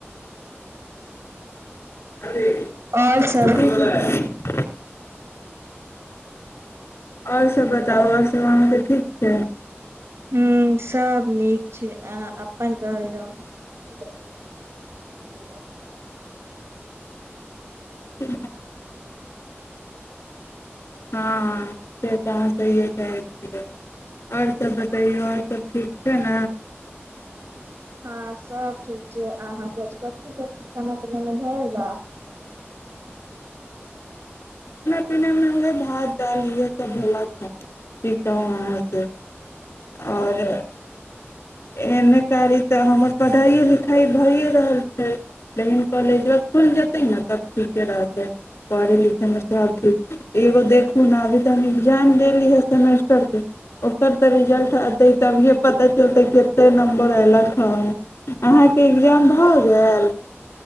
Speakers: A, on the left (about 80°); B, on the right (about 80°).
A: <inaudible>
B: और सब
A: आओर सब बताउ आओर सब अहाँके ठीक छै
B: ह सब नीक छै अ अपन कहल जाउ
A: त हँ से तऽ अहाँ सहिए कहै छियै आओर सब बतैयौ आओर सभ ठीक छै ने
B: हँ सब ठीक छै अहाँके कथी कथी खाना पीनामे भएगा
A: पिनेमे हुए भात दालि इएह सब भला खा पी कहु अहाँ से आओर एने कारी तऽ हमर पढ़ाइओ लिखाइ भइए रहल छै लेकिन कॉलेज व खुलि जेतै ने तब ठीके रहतै पढ़य लिखयमे सभचीज एगो देखू ने अभी तऽ हम एकग्जाम देली हे सेमेस्टरके ओकर तऽ रिजल्ट अतै तभिए पता चलतै कतेक नम्बर अयलक हँ अहाँके एग्जाम भऽ गेल